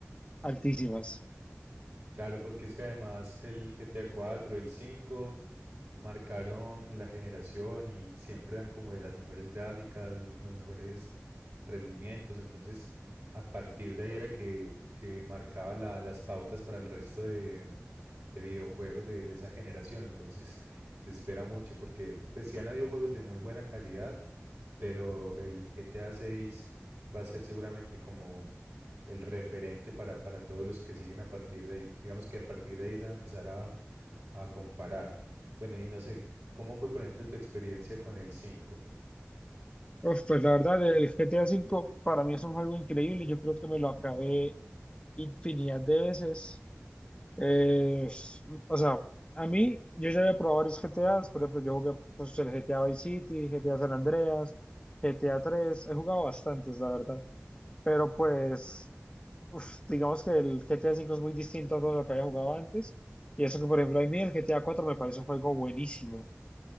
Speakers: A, on the left (about 20°); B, on the right (about 70°).
A: altísimas.
B: Claro, porque es que además el GTA 4, el 5 marcaron la generación y siempre dan como de las mejores gráficas, los mejores rendimientos. Entonces, a partir de ahí era que, que marcaba la- las pautas para el resto de, de videojuegos de, de esa generación. Entonces, se espera mucho porque pues, sí han habido juegos de muy buena calidad, pero el GTA 6 va a ser seguramente como el referente para, para todos los que siguen a partir de ahí. Digamos que a partir de ahí se van a empezar a, a comparar. Bueno, y no sé, ¿cómo fue, por ejemplo, tu experiencia con el cinco
A: Uf, pues, la verdad, el GTA V para mí es un juego increíble. Yo creo que me lo acabé infinidad de veces. Eh, o sea, a mí, yo ya había probado varios GTAs. Por ejemplo, yo jugué, pues, el GTA Vice City, GTA San Andreas, GTA 3. He jugado bastantes, la verdad. Pero, pues... uf, digamos que el GTA V es muy distinto a todo lo que había jugado antes. Y eso que, por ejemplo, a mí el GTA 4 me parece un juego buenísimo.